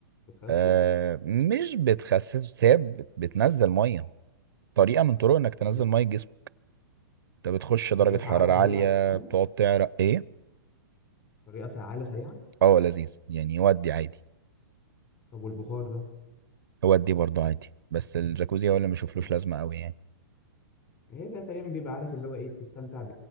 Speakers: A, on the left; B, on the right.
A: بتخسس
B: آه مش بتخسس بس هي بت- بتنزل مية طريقة من طرق انك تنزل
A: تمام
B: مية الجسم انت بتخش
A: الطريقه
B: درجة
A: فعاله
B: حرارة
A: سريعه
B: عالية
A: يعني
B: بتقعد تعرق ايه
A: طريقه فعاله سريعه
B: اه لذيذ يعني يودي عادي
A: طب والبخار ده
B: يودي برضه عادي بس الجاكوزي هو اللي ما بشوفلوش
A: اه
B: لازمة قوي يعني
A: ايه ده تقريبا بيبقى عارف اللي هو ايه بتستمتع ب...